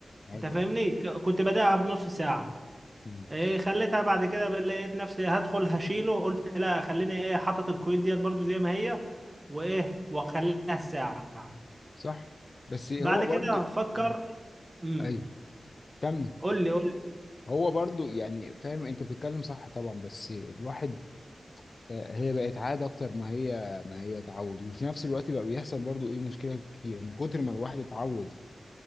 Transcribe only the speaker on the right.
انت فاهمني
ك- كنت بداها بنص ساعة
ايه خليتها بعد كده بل- لقيت نفسي هدخل هشيله قلت لا خليني ايه حاطط الكويت ديت برضو زي ما هي وايه واخليها ساعة
بعد كده
فكر
امم
قول لي قول لي